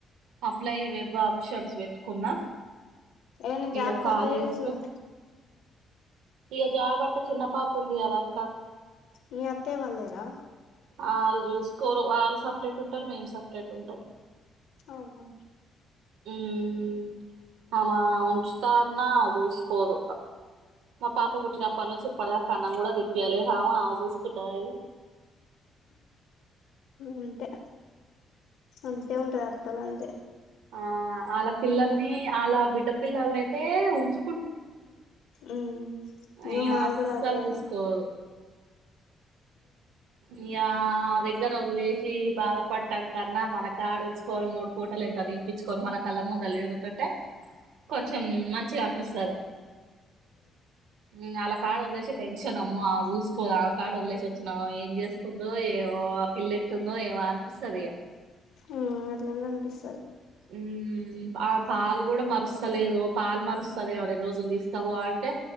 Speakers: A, on the right; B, on the left.
A: అప్లై వెబ్ ఆప్షన్స్ పెట్టుకున్నా.
B: ఏదైనా
A: ఇగ
B: జాబ్కి
A: కాలేజిలో
B: అప్లై చేయొచ్చు కదా
A: ఇగ జాబ్ అంటే చిన్న పాప ఉంది కదాక్క
B: మీ అత్తయ్య వాళ్ళు లేరా
A: ఆ వాళ్ళు చూసుకోరు వాళ్ళు సపరేట్ ఉంటారు మేము సపరేట్ ఉంటాం.
B: అవున
A: ఉమ్ ఆమ ఉంచుతా అన్నా ఆమ చూసుకోదు. మా పాప పుట్టినప్పనుంచి ఇప్పటిదాకా అన్నం కూడా తినిపియలేదమ ఆమ చూసుకుంటాద ఇగ
B: అంతే అంతే ఉంటది అత్తాలు అంటే
A: ఆ వాల పిల్లల్ని ఆళ బిడ్డ పిల్లల్ని అయితే ఉంచు
B: ఉమ్ ఉమ్
A: ఈమెను
B: మాది
A: అస్సలు
B: కూడా అదే
A: చూసుకోదు ఇగ నా దగ్గర వదిలే సి బాధపట్టము కన్నా మన కడ ఉంచుకొని మూడు పూటలు ఇంత తినిపించుకొని మన కళ్ళ ముంద ఉంటే కొంచెం మంచిగా అనిపిస్తది. ఉమ్ ఆళ్ల కాడ వదిలేసి టెన్షన్ అమ్మ ఆమ చూసుకోదు ఆమ కడ వదిలేసి వచ్చినం ఏం చేస్తుందో ఏమో పిల్ల ఎట్టుందో ఏమో అనిపిస్తది ఇగ
B: ఆ అట్లనే అనిపిస్తాది
A: ఉమ్ ఆ పాలు కూడా మరుస్తలేదు పాల్ మారుస్తది ఏమో రెండు రోజులు తీసుకపో అంటే